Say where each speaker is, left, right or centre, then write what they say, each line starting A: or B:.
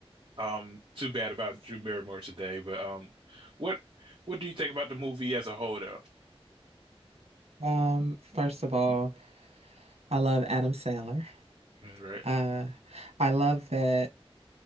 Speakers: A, on the right; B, on the right.
A: um too bad about Drew Barrymore today, but um, what what do you think about the movie as a whole, though?
B: Um, first of all, I love Adam Sandler.
A: Mm, Right.
B: Uh, I love that